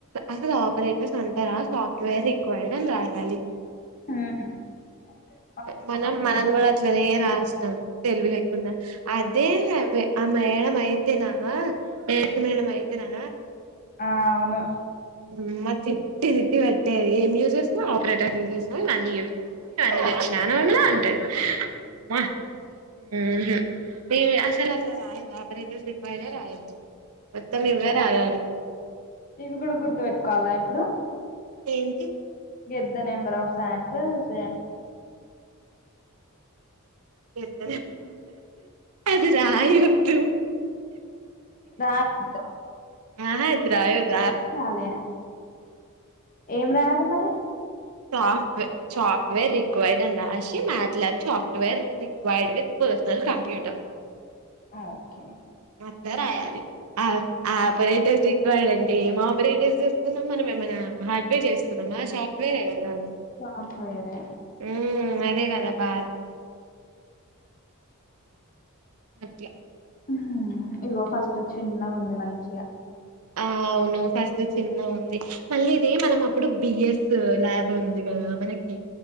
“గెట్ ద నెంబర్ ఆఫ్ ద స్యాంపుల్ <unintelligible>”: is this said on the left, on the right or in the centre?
Left